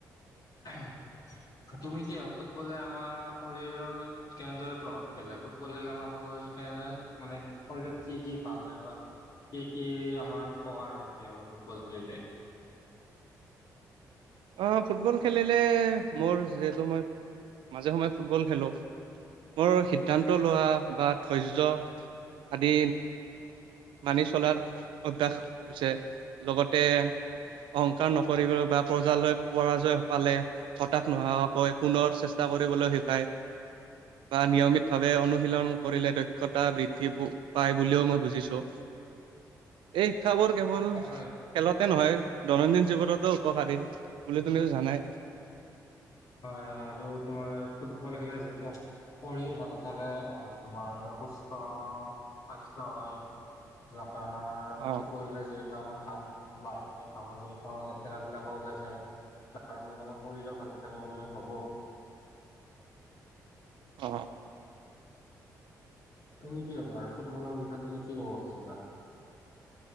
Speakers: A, on the left; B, on the right.
A: <unintelligible> তুমি কি ফুটবলে আমাৰ শৰীৰৰ কেনেদৰে প্ৰভাৱ পেলায় ফুটবল খেলে আমাৰ শৰীৰ- <unintelligible> মানে শৰীৰত কি কি ভাল হয় বা। কি কি আমাৰ উপকাৰ হয় বুলি ভাবা ফুটবল খেলিলে।
B: অ ফুটবল খেলিলে মোৰ যিহেতু মই মাজে সময়ে ফুটবল খেলোঁ। মোৰ সিদ্ধান্ত লোৱা বা ধৈৰ্য আদি। মানি চলাৰ অভ্যাস হৈছে লগতে। অহংকাৰ নপৰিব বা- প্ৰজালয় পৰাজয় পালে হতাশ নোহোৱাকৈ পুনৰ চেষ্টা কৰিবলৈ শিকায়। বা নিয়মিতভাৱে অনুশীলন কৰিলে দক্ষতা বৃদ্ধি পায় বুলিও মই বুজিছোঁ।
A: <inaudible>
B: এই শিক্ষাবোৰ কেৱল
A: হয়
B: খেলতে নহয় দৈনন্দিন জীৱনতো। উপকাৰী বুলি তুমিও জানাই।।
A: হয় হয় আৰু তোমাৰ ফুটবল খেলাতো যিহেতু পঢ়ি ভাল- ৰে তোমাৰ সুস্থ স্বাস্থ্য হয়। কাৰণ আমাৰ
B: অ',
A: ফুটবল <unintelligible> যে আমাৰ খাম বাহ ব খামৰ জৰিয়তে আমাৰ লেতেৰা বিলাকো ওলাই যায়। যাৰ ফলত আমাৰ শৰীৰো ভালে থাকে বুলি মই ভাবো।
B: অ।
A: তুমি কি ভাবা আৰু ফুটবলৰ বিষয়ে তুমি কি ক'ব খুজিবা?